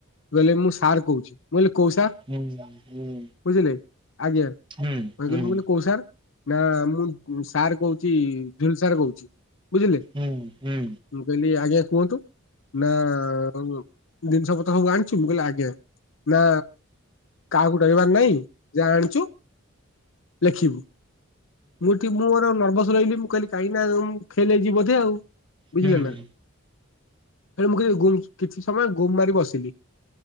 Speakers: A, on the left; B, on the right.
A: କହିଲେ ମୁଁ ସାର୍ କହୁଛି ମୁଁ କହିଲି କଉ ସାର
B: ହୁଁ ହୁଁ ହୁଁ
A: ବୁଝିଲେ ଆଜ୍ଞା?
B: ହୁଁ
A: କହିଲେ
B: ହୁଁ
A: କି ମୁଁ କହିଲି କହୁ ସାର୍ ନା ମୁଁ ସାର୍ କହୁଛି ଗେଡୁ ସାର୍ କହୁଛି। ବୁଝିଲେ
B: ହୁଁ ହୁଁ।
A: ମୁଁ କହିଲି ଆଜ୍ଞା କୁହନ୍ତୁ। ନା ଜିନିଷପତ୍ର ସବୁ ଆଣିଛୁ ମୁଁ କହିଲି ଆଜ୍ଞା। ନା କାହାକୁ ଡରିବାର ନାହିଁ ଯାହା ଆଣିଛୁ। ଲେଖିବୁ ମୁଁ ଠିକ ମୋର ନର୍ଭସ ରହିଲି ମୁଁ କହିଲି କାହିଁକି ନା ଉଁ? ଫେଲ୍ ହେଇଯିବି ବୋଧେ ଆଉ ବୁଝିଲେ
B: ହୁଁ
A: ନା? ହେ ମୁଁ ଗୁମ କିଛି ସମୟ ଗୁମ୍ ମାରି ବସିଲି।